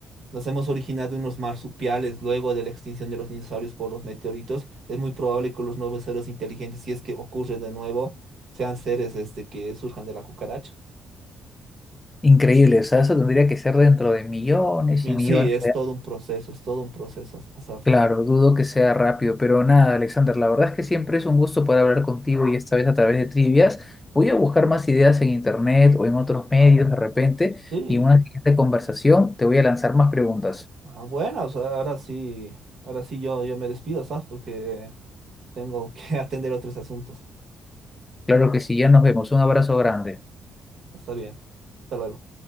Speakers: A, on the right; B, on the left.
A: nos hemos originado unos marsupiales luego de la extinción de los dinosaurios por los meteoritos, es muy probable que los nuevos seres inteligentes, si es que ocurre de nuevo, sean seres este, que surjan de la cucaracha.
B: Increíble. O sea, eso tendría que ser dentro de millones
A: Y
B: y millones
A: Sí, es todo un proceso, es todo un proceso, Asaf.
B: Claro, dudo que sea rápido, pero nada, Alexander, la verdad es que siempre es un gusto poder hablar contigo y esta vez a través de trivias. Voy a buscar más ideas en internet o en otros medios de repente
A: Sí,
B: y en una siguiente conversación te voy a lanzar más preguntas.
A: ah, bueno, o sea, ahora sí, ahora sí yo, yo me despido, Asaf, porque... Tengo que <laughs> atender otros asuntos.
B: Claro que sí, ya nos vemos. Un abrazo grande.
A: Está bien. Hasta luego.